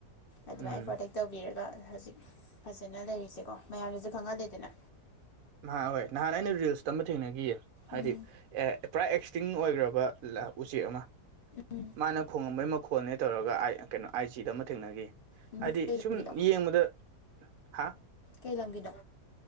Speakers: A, on the left; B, on the right.
A: ꯑꯗꯨꯃꯥꯏꯅ
B: ꯎꯝ
A: ꯄ꯭ꯔꯣꯟꯇꯦꯛ ꯇꯧꯕꯤꯔꯒ ꯍꯧꯖꯤꯛ ꯐꯖꯅ ꯂꯩꯔꯤꯁꯦꯀꯣ ꯃꯌꯥꯝꯗꯁꯨ ꯈꯪꯍꯜꯂꯦꯗꯅ
B: ꯅꯍꯥꯟꯍꯣꯏ ꯅꯍꯥꯟ ꯑꯩꯅ ꯔꯤꯜꯁ ꯑꯃ ꯊꯦꯡꯅꯈꯤꯌꯦ ꯍꯥꯏꯗꯤ
A: ꯎꯝ
B: ꯑꯦ ꯄꯨꯔꯥ ꯑꯦꯛꯁ ꯇꯤꯡ ꯑꯣꯏꯈ꯭ꯔꯕ ꯎꯆꯦꯛ ꯑꯃ
A: ꯎꯝ
B: ꯃꯥꯅ ꯈꯣꯡꯉꯝꯕꯩ ꯃ ꯈꯣꯟꯅꯦ ꯇꯧꯔꯒ ꯑꯥꯏ ꯀꯩꯅꯣ ꯑꯥꯏꯖꯤꯗ ꯑꯃ ꯊꯦꯡꯅꯈꯤ
A: ꯎꯝ
B: ꯍꯥꯏꯗꯤ
A: ꯀꯩ
B: ꯁꯨꯝ
A: ꯂꯝꯒꯤꯅꯣ
B: ꯌꯦꯡꯕꯗ ꯍꯥ
A: ꯀꯩ ꯂꯝꯒꯤꯅꯣ